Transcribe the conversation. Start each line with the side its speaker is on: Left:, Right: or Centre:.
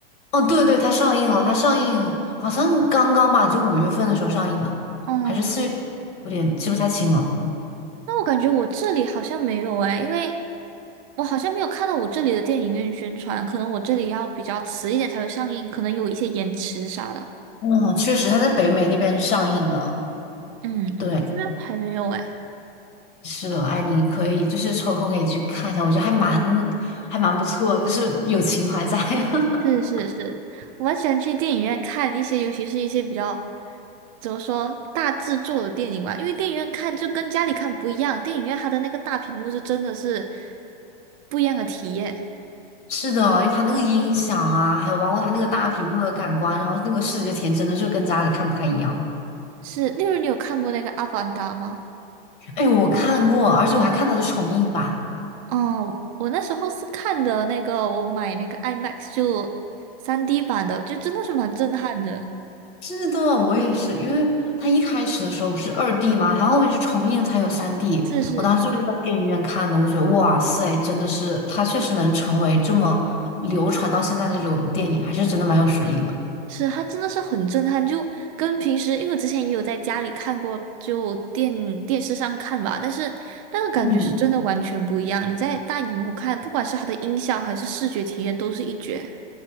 Left: 哦，对对，它上映了，它上映好像刚刚吧，就五月份的时候上映的，
Right: 哦，
Left: 还是四月底，有点记不太清了。
Right: 那我感觉我这里好像没有诶，因为。我好像没有看到我这里的电影院宣传，可能我这里要比较迟一点才会上映，可能有一些延迟啥的。
Left: 嗯，确实，它在北美那边上映的。
Right: 嗯，
Left: 对，
Right: 我这边还没有哎。
Left: 是的，哎，你可以就是抽空可以去看一下，我觉得还蛮还蛮不错的，就是有情怀在。<laughs>
Right: 是是是，我蛮喜欢去电影院看一些，尤其是一些比较怎么说大制作的电影吧，因为电影院看就跟家里看不一样，电影院它的那个大屏幕是真的是不一样的体验。
Left: 是的，因为它那个音响啊，还有包括它那个大屏幕的感官，然后那个视觉体验真的是跟家里看不太一样。
Right: 是，例如你有看过那个《阿凡达》吗？
Left: 哎，我看过，而且我还看它的重映版。
Right: 哦，我那时候是看的那个，我买那个 IMAX 就 3D 版的，就真的是蛮震撼的。
Left: 是的，我也是，因为它一开始的时候是二 D 嘛，它后面是重映才有三 D。
Right: 是是是
Left: 我当时就是在电影院看的，我觉得哇塞，真的是它确实能成为这么流传到现在那种电影，还是真的蛮有实力的。
Right: 是，它真的是很震撼，就跟平时，因为我之前也有在家里看过，就电电视上看吧，但是那个感觉是真的完全不一样。
Left: 嗯，
Right: 你在大荧幕看，不管是它的音效还是视觉体验，都是一绝。